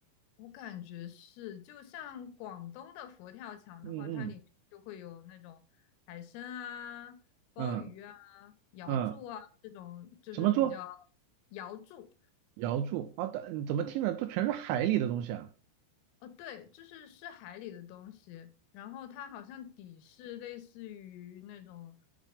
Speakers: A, on the left; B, on the right.
A: 我感觉是，就像广东的佛跳墙的话，
B: 嗯嗯
A: 它里面就会有那种海参啊、鲍鱼啊、
B: 嗯
A: 瑶柱啊这种，
B: 嗯，
A: 就是比较
B: 什么做？
A: 瑶柱。
B: 瑶柱啊，但怎么听着都全是海里的东西啊？
A: 哦，对，就是是海里的东西，然后它好像底是类似于那种，